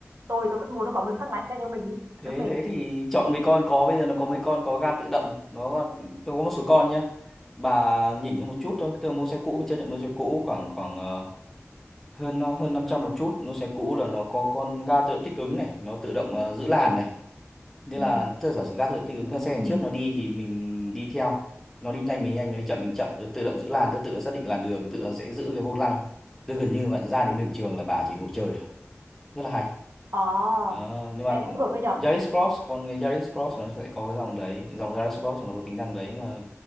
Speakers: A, on the right; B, in the centre.
A: tôi tôi vẫn muốn có người khác lái xe cho mình đi
B: thế
A: đỡ mệt
B: thế thì chọn mấy con có bây giờ nó có mấy con có ga tự động, nó tôi có một số con nhá. Bà nhỉnh hơn một chút thôi, tôi mua xe cũ mình chấp nhận mua xe cũ khoảng khoảng ờ, hơn nó- hơn 500 một chút mua xe cũ là nó có con ga tự động thích ứng này nó tự động ờ, giữ làn này nên
A: ừ.
B: là tức là giả sử ga tự động thích ứng là xe đằng
A: Ừ.
B: trước nó đi thì mình đi theo nó đi nhanh mình nhanh nó đi chậm mình chậm rồi tự động giữ làn tự tự nó xác định làn đường tự nó sẽ giữ cái vô lăng tức gần như bạn ra đến đường trường là bà chỉ ngồi chơi thôi rất là hay
A: ờ
B: Ờ, nhưng mà
A: nghe cũng được đấy nhở
B: Yaris Cross còn cái Yaris Cross nó sẽ có cái dòng đấy cái dòng Yaris Cross nó có tính năng đấy mà